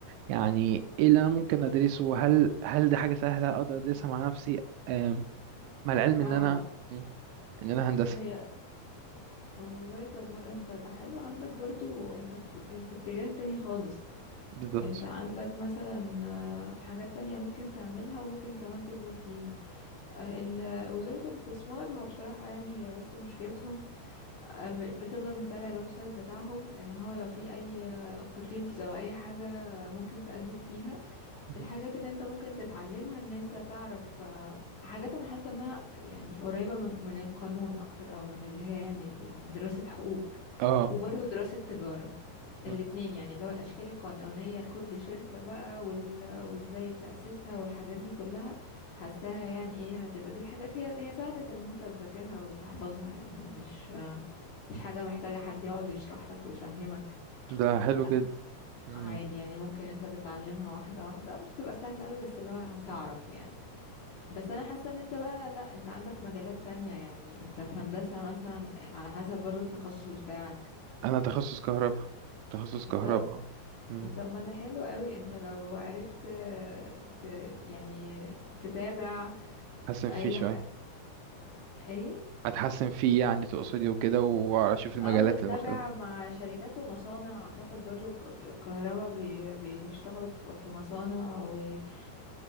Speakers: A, on the right (about 85°); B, on the left (about 60°).
A: يعني ايه اللي انا ممكن ادرسه هل هل دي حاجة سهلة اقدر ادرسها مع نفسي أم، مع العلم ان
B: اه
A: انا ان انا هندسة
B: هي اه والله طب ما ده انت يبقى حلو عندك برضو انت في, في اتجاه تاني خالص
A: بالظبط
B: انت عندك مثلا آه، حاجات تانية ممكن تعملها وممكن كمان تكبر فيها آه، ال- وزارة الاستثمار هو بصراحة يعني هي بس مشكلتهم آه، م- بتفضل متابع الويب سايت بتاعهم ان هو لو في اي آه، opportunities او اي حاجة ممكن تقدم فيها
A: مهم.
B: الحاجات اللي انت ممكن تتعلمها ان انت تعرف آه، حاجات انا حاسه انها يعني قريبه من من القانون اكتر او من اللي هي يعني دراسه حقوق
A: اه
B: وبرضه دراسة تجارة
A: مم.
B: الاتنين يعني اللي هو الأشكال القانونية لكل شركة بقى وال... وازاي تأسيسها والحاجات دي كلها حاساها يعني ايه هتبقى دي الحاجات هي هي سهلة ان انت تذاكرها وتحفظها يعني مش مش حاجة محتاجة حد يقعد يشرح لك ويفهمك
A: ده حلو
B: لا
A: جدا مم.
B: عادي يعني ممكن انت تتعلمها واحدة واحدة مش تبقى سهلة قوي بس اللي هو هتعرف يعني بس انا حاسة ان انت بقى لا انت عندك مجالات تانية يعني انت في هندسة مثلا على حسب برضو التخصص بتاعك
A: انا تخصص كهرباء تخصص كهرباء
B: طب
A: مم.
B: طب ما ده حلو قوي انت لو عرفت ت... يعني تتابع
A: حاسس إن في
B: اي
A: شوية
B: ح... ايه
A: اتحسن فيه يعني تقصدي وكده واشوف المجالات
B: او تتابع
A: المختلفة
B: مع شركات ومصانع اعتقد برضو ك- الكهرباء بي... بيشتغلوا في في مصانع و... <clears throat>